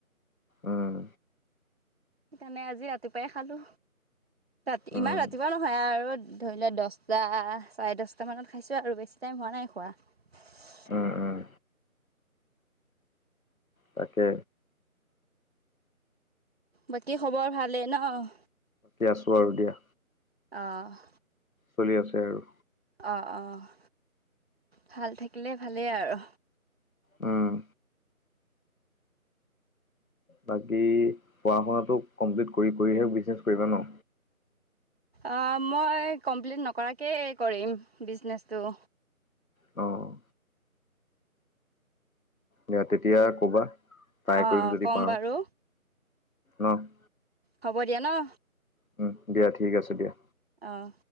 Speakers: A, on the left; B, on the right.
A: উম
B: সেইকাৰণে আজি ৰাতিপুৱাই খালোঁ। ৰাতি
A: উম
B: ইমান ৰাতিপুৱা নহয় আৰু ধৰি লোৱা দশটা চাৰে দশটামানত খাইছোঁ আৰু বেছি টাইম হোৱা নাই খোৱা। <unintelligible>
A: উম উম তাকে।
B: বাকী খবৰ ভালেই ন?
A: এ আছোঁ আৰু দিয়া।
B: অ'।
A: চলি আছে আৰু।
B: অ', অ'। ভাল থাকিলে ভালেই আৰু।
A: উম। বাকী পঢ়া শুনাতটো কমপ্লিট কৰি কৰিহে বিজনেছ কৰিবা ন'।
B: অ' মই কমপ্লিট নকৰাকেই কৰিম বিজনেচটো।
A: অ'। দিয়া তেতিয়া কবা ট্ৰাই
B: অঁ
A: কৰিম যদি
B: ক'ম
A: পাৰো
B: বাৰু
A: ন'।
B: হ'ব দিয়া ন'।
A: হয়, দিয়া ঠিক আছে দিয়া।
B: অঁ।